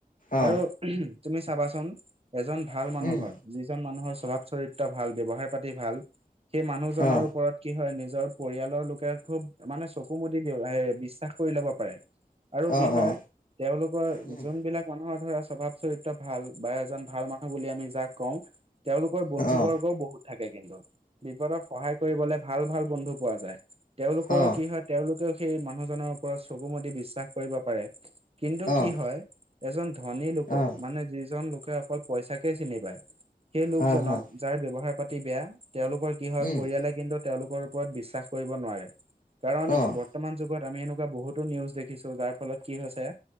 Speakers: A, on the left; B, on the right.
A: অ
B: আৰু উমহ তুমি চাবাচোন। এজন ভাল মানুহৰ,
A: উম
B: যিজন মানুহৰ স্বভাৱ চৰিত্ৰ ভাল, ব্যৱহাৰ পাতি ভাল সেই মানুহজনৰ
A: অ
B: ওপৰত কি হয়, নিজৰ পৰিয়ালৰ লোকে খুব মানে চকু মু দি বিশ্বাস কৰি ল'ব পাৰে, আৰু
A: অ
B: কি হয়
A: অ
B: তেওঁলোকৰ
A: উম
B: যোনবিলাক মানুহৰ ধৰা স্বভাৱ চৰিত্ৰ ভাল বা এজন ভাল মানুহ বুলি আমি যাক কওঁ তেওঁলোকৰ বন্ধু
A: অ
B: বৰ্গও বহুত থাকে কিন্তু বিপদত সহায় কৰিবলে ভাল ভাল বন্ধু পোৱা যায়, তেওঁওলোকৰ
A: অ',
B: কি হয় তেওঁলোকেও সেই মানুহজনৰ ওপৰত চকুমুদি বিশ্বাস কৰিব পাৰে। কিন্তু
A: অ',
B: কি হয় এজন ধনী লোকক,
A: অ',
B: মানে যিজন লোকে অকল পইচাকে চিনি পায় সেই লোকজনক,
A: হয়, হয়,
B: যাৰ ব্যৱহাৰ পাতি বেয়া তেওঁলোকৰ কি হয়,
A: উম,
B: পৰিয়ালে কিন্তু তেওঁলোকৰ ওপৰত বিশ্বাস কৰিব নোৱাৰে, কাৰণ
A: অ',
B: বৰ্তমান যুগত আমি এনেকুৱা বহুতো নিউজ দেখিছোঁ, যাৰ ফলত কি হৈছে